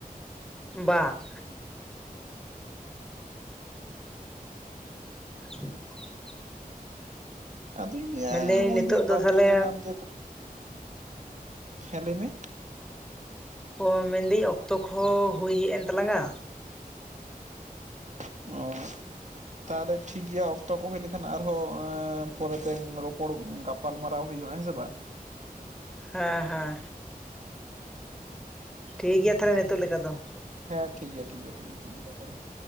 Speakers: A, in the centre; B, on the right.
A: ᱵᱟᱝ <inaudible>
B: ᱟᱫᱚᱧ ᱞᱟᱹᱭᱟ
A: ᱢᱮᱱᱫᱟᱹᱧ
B: ᱱᱚᱜᱼᱚᱭ
A: ᱱᱤᱛᱚᱜ
B: ᱡᱮ
A: ᱫᱚ
B: ᱵᱟᱯᱮ
A: ᱛᱟᱦᱚᱞᱮ
B: <unintelligible> ᱦᱮᱸ ᱞᱟᱹᱭ ᱢᱮ᱾
A: ᱚ ᱢᱮᱱᱫᱟᱹᱧ ᱚᱠᱛᱚ ᱠᱩᱦᱚ ᱦᱩᱭ ᱦᱮᱡ ᱮᱱ ᱛᱟᱞᱟᱝᱟ ᱾
B: <unintelligible> ᱛᱟᱦᱚᱞᱮ ᱴᱷᱤᱠ ᱜᱮᱭᱟ ᱚᱠᱛᱚ ᱠᱚ ᱦᱩᱭ ᱞᱮᱠᱷᱟᱱ ᱟᱨᱦᱚᱸ ᱮᱸ ᱯᱚᱨᱮᱛᱮ ᱨᱚᱯᱚᱲ ᱜᱟᱯ ᱜᱟᱯᱟᱞᱢᱟᱨᱟᱣ ᱦᱩᱭᱩᱜᱼᱟ ᱦᱮᱸ ᱥᱮ ᱵᱟᱝ ᱾
A: ᱦᱮᱸ ᱦᱮᱸ ᱾ ᱴᱷᱤᱠ ᱜᱮᱭᱟ ᱛᱟᱦᱚᱞᱮ ᱱᱤᱛᱚᱜ ᱞᱮᱠᱟ ᱫᱚ ᱾
B: ᱦᱮᱸ ᱴᱷᱤᱠ ᱜᱮᱭᱟ ᱴᱷᱤᱠ ᱜᱮᱭᱟ ᱴᱷᱤᱠ ᱜᱮᱭᱟ ᱱᱤᱛᱚᱜ ᱞᱮᱠᱟ ᱫᱚ ᱾